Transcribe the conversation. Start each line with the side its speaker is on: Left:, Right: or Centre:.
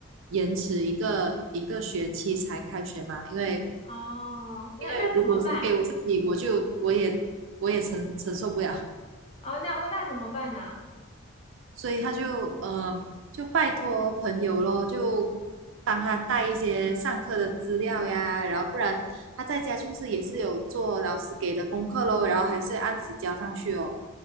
Right: 延迟一个一个学期才开学嘛，因为。
Left: 哦，那那怎么办？
Right: 因为如果是给我自己，我就我也我也承承受不了，
Left: 哦，那我那怎么办呢？
Right: 所以他就呃就拜托朋友咯，就帮他带一些上课的资料呀，然后不然他在家就是也是有做老师给的功课咯，然后还是按时交上去哦，